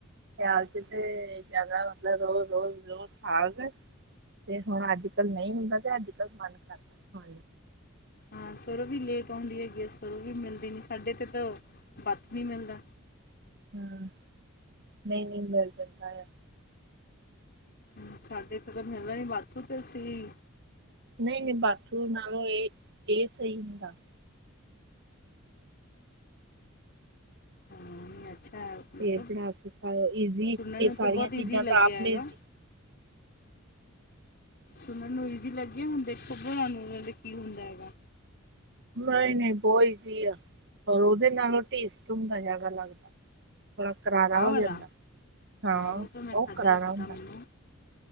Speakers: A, on the right; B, on the left.
A: ਪਿਆਲ ਚ ਤੇ ਜਿਆਦਾ ਮਤਲਬ ਰੋਜ਼ ਰੋਜ਼ ਰੋਜ਼ ਸਾਗ ਤੇ ਹੁਣ ਅੱਜ ਕਲ ਨਹੀਂ ਹੁੰਦਾ ਤੇ ਅੱਜ ਕਲ ਮਨ ਕਰਦਾ
B: ਹਾਂ ਸਰੋਂ ਵੀ ਲੇਟ ਆਉਂਦੀ ਹੈਗੀ ਆ ਸਰੋਂ ਵੀ ਮਿਲਦੀ ਨਹੀਂ ਸਾਡੇ ਤੇ ਤਾਂ ਬਾਥੂ ਵੀ ਮਿਲਦਾ
A: ਹੂੰ ਨਹੀਂ ਨਹੀਂ ਮਿਲ ਜਾਂਦਾ ਆ
B: ਹ ਸਾਡੇ ਤੇ ਤਾਂ ਮਿਲਦਾ ਨੀ ਬਾਥੂ ਤੇ ਅਸੀ
A: ਨਹੀਂ ਨਹੀਂ ਬਾਥੂ ਨਾਲੋਂ ਇਹ ਇਹ ਸਹੀ ਹੁੰਦਾ
B: ਹਾਂ ਅੱਛਾ ਮਤਲਬ
A: ਫੇਰ ਬਣਾ ਕੇ ਖਾਓ। ਈਜ਼ੀ,
B: ਸੁਣਨ
A: ਏਹ
B: ਨੂੰ ਤਾਂ
A: ਸਾਰੀਆਂ
B: ਬਹੁਤ ਈਜ਼ੀ
A: ਚੀਜਾਂ
B: ਲੱਗਿਆ
A: ਤਾਂ ਆਪ
B: ਹੈਗਾ
A: ਨੇ ਸਿਖ
B: ਸੁਣਨ ਨੂੰ ਈਜ਼ੀ ਲੱਗਿਆ, ਹੁਣ ਦੇਖੋ ਬਣਾਂਦੇ ਹਾਂ ਤੇ ਨੂੰਨਾਂ ਕੀ ਹੁੰਦਾ ਹੈਗਾ
A: ਨਈ ਨਈ ਬਹੋ ਇਜ਼ੀ ਆ ਹੋਰ ਓਹਦੇ ਨਾਲੋਂ ਟੇਸਟੇ ਹੁੰਦਾ ਜਿਆਦਾ ਲੱਗਦਾ। ਥੋੜਾ ਕਰਾਰਾ ਹੋ
B: ਆਹ ਵਾਲਾ
A: ਜਾਂਦਾ। ਹਾਂ,
B: ਉਹ ਤਾਂ ਮੈਂ
A: ਬਹੋਤ
B: ਖਾਧਾ
A: ਕਰਾਰਾ
B: ਹੈ ਪਤਾ
A: ਹੁੰਦਾ।
B: ਮੈਨੂੰ